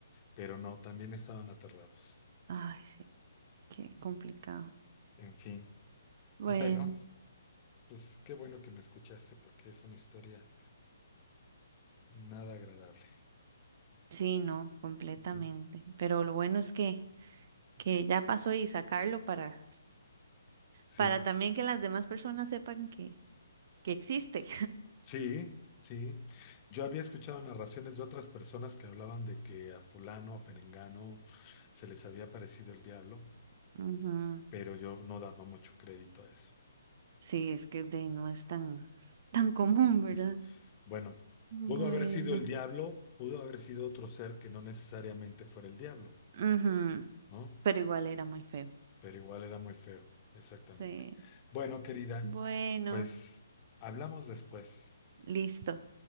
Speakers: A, on the left (about 25°); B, on the right (about 40°).
A: pero no, también estaban aterrados.
B: Ay, sí, qué complicado.
A: En fin,
B: Bueno,
A: bueno, pues qué bueno que me escuchaste, porque es una historia Nada agradable.
B: sí, no, completamente.
A: Ujú.
B: Pero lo bueno es que, que ya pasó y sacarlo para,
A: Sí,
B: para también que las demás personas sepan que, que existe.
A: sí, sí. Yo había escuchado narraciones de otras personas que hablaban de que a fulano, a perengano, se les había parecido el diablo,
B: <laughs> Ujú.
A: pero yo no daba mucho crédito a eso.
B: Sí, es que de, ahí no es tan, tan común, ¿verdad?
A: Sí. Bueno,
B: Bueno,
A: pudo haber sido el diablo, pudo haber sido otro ser que no necesariamente fuera el diablo,
B: ujú.
A: ¿no?
B: Pero igual era muy feo.
A: Pero igual era muy feo, exactamente.
B: Sí.
A: Bueno, querida,
B: Bueno,
A: pues hablamos después.
B: listo.